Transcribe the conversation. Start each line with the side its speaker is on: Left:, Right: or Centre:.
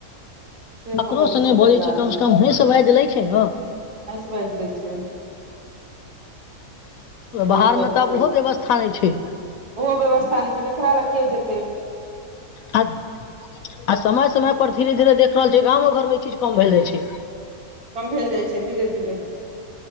Right: भऽ
Left: ककरो
Right: पबै
Left: से नै बजै
Right: परिवार
Left: छै कम से कम हंस बाएज लै छै न
Right: हैस बाइज लय छै। से
Left: बहार
Right: सब
Left: मे तऽ आब
Right: छै
Left: ओहो व्यवस्था नहि छै।
Right: ओहो व्यवस्था नहि छै केकरा लग के जेते
Left: आ समय समय पर धीरे- धीरे देख रहल छै गामो घर मे ई चीज कम भेल जाई छै।
Right: कम भेल जाई छै धीरे धीरे।